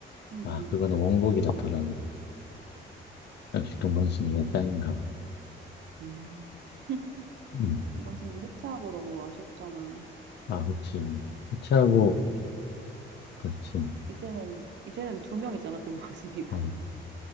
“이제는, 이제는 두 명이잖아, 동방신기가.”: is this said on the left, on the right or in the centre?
Right